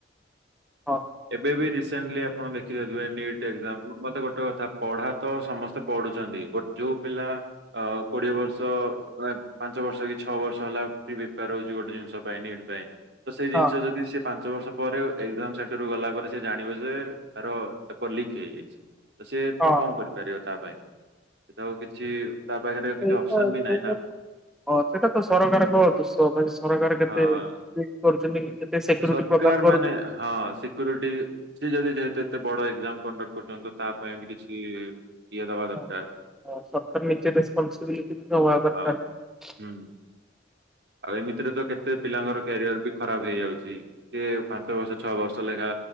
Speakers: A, in the centre; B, on the right.
A: ହଁ
B: ଏବେ ବି ରିସେଣ୍ଟଲି ଆପଣ ଦେଖିତଥିବେ ନୀଟ ଏକଜାମ ମତେ ଗୋଟେ କଥା। ଥା ପଢା ତ ସମସ୍ତେ ପଢୁଛନ୍ତି ଗୋଟେ ଯୋଉ ପିଲା କୋଡିଏ ବର୍ଷ। ପାଞ୍ଚ ବର୍ଷ କି ଛଅ ବର୍ଷ ହେଲା ପ୍ରି ପ୍ରିପାର ହଉଚି ଗୋଟେ ଜିନିଷ ପାଇଁ ନିଟ୍ ପାଇଁ ତ ସେଇ ଜିନିଷ
A: ହଁ
B: ଯଦି ସେ ପାଞ୍ଚ ବର୍ଷ ପରେ ଏକଜାମ ସେଣ୍ଟର ରୁ ଗଲା ପରେ ସେ ଜାଣିବ ଯେ ତାର ପେପର ଲିକ୍ ହେଇଯାଇଛି। ତ ସିଏ
A: ହଁ
B: ତ କଁ କରିପାରିବ ତା ପାଇଁ ସେଏ ତ ଆଉ କିଛି। ତା ପାଖରେ ଆଉ
A: କାଇଁ
B: କିଛି
A: ଏ
B: ଅପସନ
A: ତ ସେ
B: ବି ନାହିଁ
A: ତ।
B: ନା
A: ହଁ ସେଟା ତ ସରକାରଙ୍କ ଦୁଷ ମାନେ ସରକାର କେତେ
B: ହଁ
A: ଇଏ କରୁଛନ୍ତି କି। କେତେ ସେକ୍ୟୁରିଟି
B: ସରକାର
A: ପ୍ରଦାନ
B: ମାନେ
A: କରୁଛନ୍ତି
B: ହଁ ସିକ୍ୟୁରିଟି ସେ ଯଦି ଯେହେତୁ ଏ ଏତେ ବଡ ଏକ୍ଜାମ କଣ୍ଡକ୍ଟ କରୁଛନ୍ତି ତା ପାଇଁ ବି କିଛି ଇଏ ଦବା
A: ହଁ।
B: ଦରକାର।
A: ସରକାର ନିଜେ ରେସ୍ପୋନ୍ସିବିଲିଟି ନବା ଦରକାର।
B: ହଁ ହୁଁ ଆଉ ଏମିତିରେ ତ କେତେ ପିଲାଙ୍କର କ୍ୟାରିଅର ବି ଖରାପ ହେଇଯାଉଛି କିଏ ପାଞ୍ଚ ବର୍ଷ ଛଅ ବର୍ଷ ଲେଖା